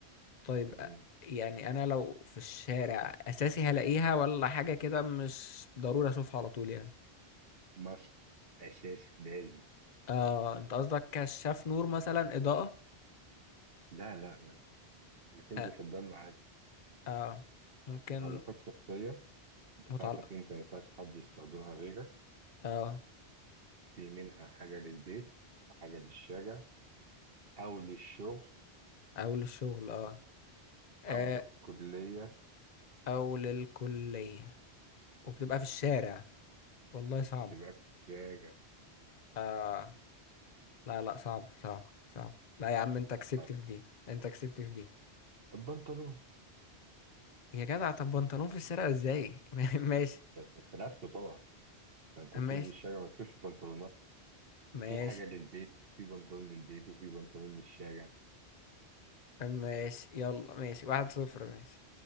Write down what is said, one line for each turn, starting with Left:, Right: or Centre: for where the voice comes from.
Left: طيب
Right: مم.
Left: أ- يعني انا لو في الشارع اساسي هلاقيها ولا حاجة كده مش ضروري اشوفها على طول يعني
Right: must أساس لازم
Left: اه انت قصدك كشاف نور مثلا اضاءة
Right: لا لا لا ما تنزل
Left: اه,
Right: في الضلمة عادي
Left: آه. ممكن
Right: متعلقات شخصية بتاعتك
Left: متعلق
Right: أنت ما ينفعش حد يستخدمها غيرك
Left: اه
Right: في منها حاجة للبيت حاجة للشارع أو للشغل
Left: او للشغل اه, آه.
Right: أو للكلية
Left: او للكلية وبتبقى في الشارع والله صعب
Right: تبقى في الشارع
Left: آه. لا لا صعب صعب صعب لا يا عم انت كسبت
Right: طيب
Left: في دي انت كسبت في دي
Right: البنطلون
Left: يا جدع طب بنطلون في الشارع ازاي <laughs> ماشي
Right: ده ده أنت لابسه طبعا فأنت بتنزل
Left: ماشي
Right: الشارع ما بتشوفش بنطلونات
Left: ماشي
Right: في حاجة للبيت في بنطلون للبيت وفي بنطلون للشارع
Left: ماشي يلا ماشي واحد صفر ماشي